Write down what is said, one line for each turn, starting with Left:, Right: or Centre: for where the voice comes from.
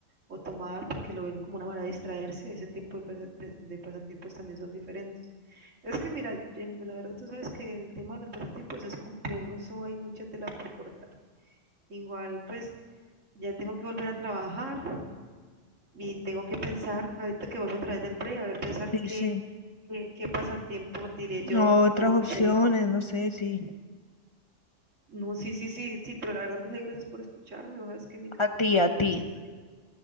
Right: o tomar, porque lo ven como una manera de distraerse, ese tipo de, pasa- de- de pasatiempos también son diferentes. Es que mira, Jennifer, la verdad tú sabes que el tema de los pasatiempos es complejo, eso hay mucha tela por cortar. Igual, pues ya tengo que volver a trabajar y tengo que pensar, ahorita que vuelvo a través del break, a ver, pensar
Left: Sí,
Right: qué,
Left: sí.
Right: qué, qué pasatiempo diré
Left: no,
Right: yo o
Left: Otras
Right: qué me gustaría.
Left: opciones, no sé si.
Right: No, sí, sí, sí, sí, pero la verdad, pues, ahí gracias por escucharme, vos sabes que me encanta,
Left: A ti,
Right: pues, la que
Left: a ti.
Right: me escuchas.